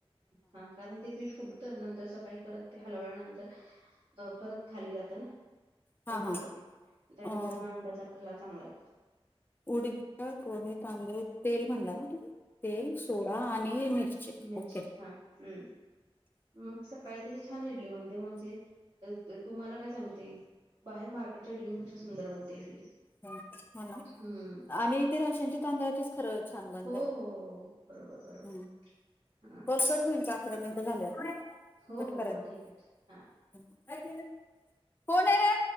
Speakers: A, on the right (about 55°); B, on the left (about 20°).
A: हा कारण ते पीठ फुग नंतर सकाळी परत ते हलवल्या नंतर परत खाली जातं ना.
B: हा
A: कमी
B: हा
A: होत ते, त्यानंतर
B: हा
A: म अंदाज आपल्याला चांगला येतो.
B: उडीद डाळ, पोहे, तांदुळ तेल म्हणला ना तो तेल सोडा आणि मिरची
A: मिरची
B: ओके.
A: हा हम्म मग सकाळी त्याची छान इडली बनते, म्हणजे तुम्हाला काय सांगते. बाहेर मार्केटच्या इडलीं पेक्षा सुंदर बनते इडली.
B: हा
A: हम्म
B: आणि तेे राशनच्या तांदळाचेच खरं छान बनते
A: हो हो
B: हा.
A: हो. बरोबर बरोबर
B: कॉल
A: हा
B: कट होईल का अकरा मिनटं झाल्यावर?
A: हो
B: कट
A: हो
B: करायचं.
A: हो ठीक आहे. हा
B: कोण आहे रे!